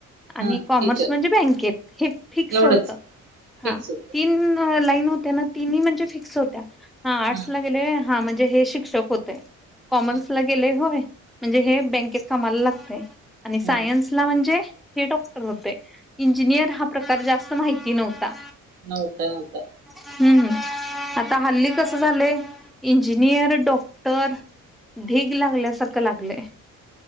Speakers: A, in the centre; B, on the right.
A: आणि
B: हम्म
A: कॉमर्स
B: टीचर
A: म्हणजे बँकेत हे फिक्स
B: एवढंच
A: होतं. हा
B: फिक्स होत
A: तिन लाइन होत्या ना तिनही म्हणजे फिक्स होत्या. हा आटला-
B: हम्म
A: गेले हा म्हणजे हे शिक्षक होते कॉमर्स
B: हम्म
A: ला गेले होय. म्हणजे हे बँकेत कामाला लागतेय आणि
B: हम्म
A: सायन्सला म्हणजे हे डॉक्टर होतय. इंजिनियर हा प्रकार जास्त माहिती नव्हता.
B: नवता नवता.
A: हम्म हम् आता हल्ली कसं झालंय इंजिनियर, डॉक्टर ढीग लागल्यासारखं लागलं